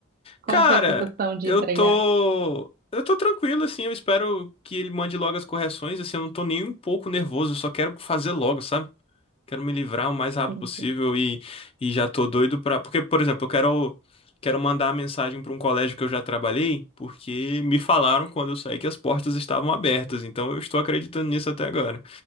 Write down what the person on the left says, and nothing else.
Cara,
eu
tô, eu tô tranquilo, assim, eu espero que ele mande logo as correções, assim, eu não tô nem um pouco nervoso, eu só quero fazer logo, sabe? Quero me livrar o mais rápido
possível e, e já tô doido pra. Porque, por exemplo, eu quero, quero mandar a mensagem pra um colégio que eu já trabalhei, porque me falaram quando eu saí que as portas estavam abertas. Então eu estou acreditando nisso até agora.